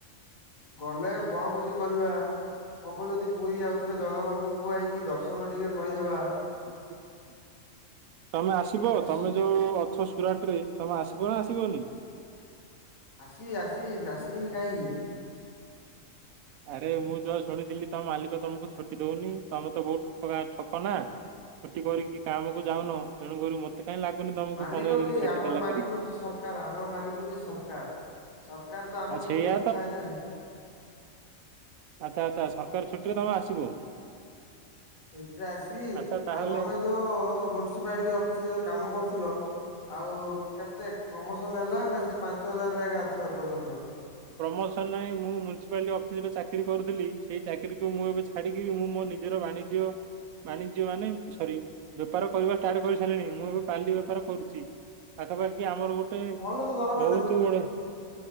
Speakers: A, on the left (about 75°); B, on the right (about 85°).
A: ଗଲେ ବଣଭୋଜି କରିବା ହବ ଯଦି ପୁରୀ ଆଉ ଥରେ ଜଗା ପାଖକୁ ଯାଇକି ଦର୍ଶନ ଟିକେ କରିଦେବା।
B: <inaudible> ତମେ ଆସିବ
A: ଯଦି
B: ତମେ
A: ସ-
B: ଯୋଉ ଅଛ ସୁରାଟରେ ତମେ ଆସିବ ନାଁ ଆସିବନି?
A: ଆସିବି ଆସିବି ନା ଆସିବିନି କାହିଁକି।
B: ଆରେ ମୁଁ ଯାହା ଶୁଣିଥିଲି ତମ ମାଲିକ ତମକୁ ଛୁଟି ଦଉନି ତମେ ତ ବହୁତ ପୁରା ଠକ ନା। ଛୁଟି କରିକି କାମକୁ ଯାଉନ। ତେଣୁକରି ମତେ କାହିଁ ଲାଗୁନି ତମକୁ
A: ମାଲିକ
B: ପନ୍ଦର ଦିନ
A: କିଏ
B: ଛୁଟି
A: ଆମର
B: ଦେଲା
A: ମାଲିକ
B: ପରି
A: ହଉଛି ସରକାର ଆମର ମାଲିକ ହଉଛି ସରକାର। ସରକାର ତ ଆମର
B: ଆଉ
A: ତ
B: ସେଇଆ
A: ଛୁଟି ଥାଏ ନା
B: ଆଚ୍ଛା ଆଚ୍ଛା ସରକାର ଛୁଟିରେ ତମେ ଆସିବ?
A: ଛୁଟିରେ ଆସିବି
B: ଆଚ୍ଛା ତାହେଲେ
A: ଆଉ ତମେ ଯୋଉ ମୁନିସିପାଲର୍ଟି ଅଫିସ୍ ରେ ଯୋଉ କାମ କରୁଥିଲ ଆଉ କେତେ ପ୍ରମୋସନ୍ ହେଲା ନାଁ ସେ ପାଞ୍ଚ ହଜାରରେ ଏବେ ଅଛ ଏପର୍ଯ୍ୟନ୍ତ?
B: ପ୍ରମୋସନ୍ ନାହିଁ ମୁଁ ମୁନିସିପାଲିର୍ଟି ଅଫିସ୍ ରେ ଚାକିରି କରୁଥିଲି ସେଇ ଚାକିରୀକୁ ମୁଁ ଏବେ ଛା ଛାଡିକି ମୁଁ ମୋ ନିଜର ବାଣିଜ୍ୟ ବାଣିଜ୍ୟ ମାନେ ସରି ବେପାର କରିବା ଷ୍ଟାର୍ଟ କରି ସାରିଲିଣି ମୁଁ ଏବେ କଲି ବେପାର କରୁଛି। ପାଖାପାଖି ଆମର ଗୋଟେ
A: ଭଲ ତ ଦରମା
B: ବହୁତ ଗୁଡେ